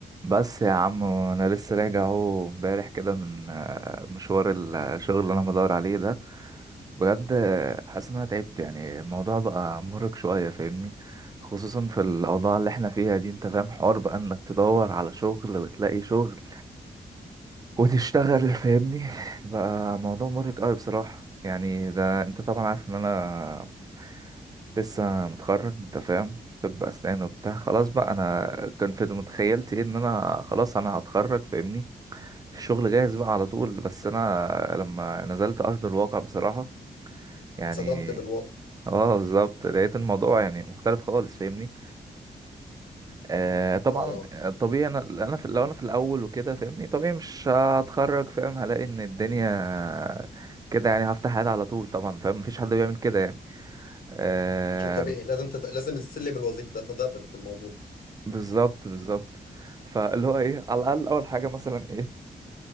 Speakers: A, on the right; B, on the left.
A: بس يا عم انا لسه راجع اهو امبارح كده من آه، مشوار الشغل اللي انا بدور عليه ده بجد آه، حاسس ان انا تعبت يعني الموضوع بقى مرهق شويه فاهمني خصوصا في الاوضاع اللي احنا فيها دي انت فاهم حوار بقى انك تدور على شغل وتلاقي شغل وتشتغل فاهمني بقى موضوع مرهق قوي بصراحة يعني ده انت طبعا عارف ان انا لسه متخرج انت فاهم طب اسنان وبتاع خلاص بقى انا كان في متخيلتي ايه، ان انا خلاص انا هتخرج فاهمني الشغل جاهز بقى على طول بس انا لما نزلت ارض الواقع بصراحة يعني
B: صدمت بالواقع
A: اه بالظبط لقيت الموضوع يعني مختلف خالص فاهمني آه طبعا
B: اه
A: آه، طبيعي انا انا في لو انا في الاول وكده فاهمني طبيعي مش هتخرج فاهم هلاقي ان الدنيا كده يعني هفتح حالي على طول طبعا فاهم مفيش حد بيعمل كده يعني آه
B: شيء طبيعي لازم تت... لازم السلم الوظيفي ده تدرج في الموضوع
A: بالظبط بالظبط فاللي هو ايه على الاقل اول حاجه مثلا ايه